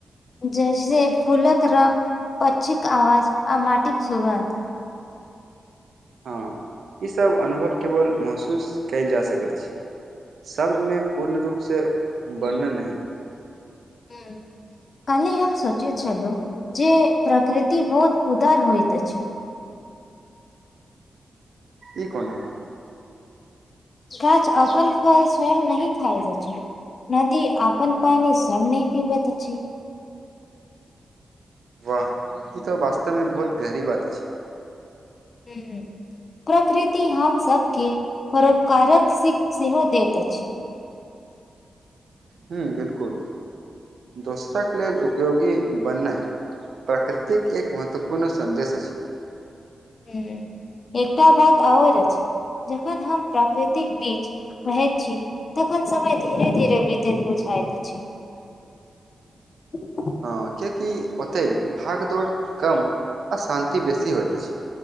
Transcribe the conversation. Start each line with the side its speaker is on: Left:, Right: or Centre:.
Left: जैसे फूलक रंग पचछिक आवाज आ माटिक सुगन्ध
Right: हँ ईसभ अनुभव केवल महसूस कयल जा सकैत अछि शब्दमे पूर्ण रूपसँ वर्णन नहि
Left: हुॅं कले हम सोचे छलहुँ जे प्रकृति बहुत उदार होइत अछि
Right: ई कोना
Left: गाछ अपन फल स्वयं नह खायत अछि नदी अपन पानी स यम नहि पीबैतऽ अछि
Right: वाह ई त वास्तवमे बहुत गहरी बात अछि
Left: हुॅं प्रकृति हम सबके परोपकारक सीख सेहो दैत अछि
Right: हुॅं बिलकुल दोसरक लेल उपयोगी बननाय प्राकृतिक एक महत्वपूर्ण सन्देश अछि
Left: हुॅं एकटा बात आओर अछि जखन हम प्राकृतिक बीज रहैत छी तखन समय धीरे धीरे बीतैत बुझाइत अछि <inaudible>
Right: हँ कियाकि ओतय भागदौड़ कम आ शान्ति बेसी होइत अछि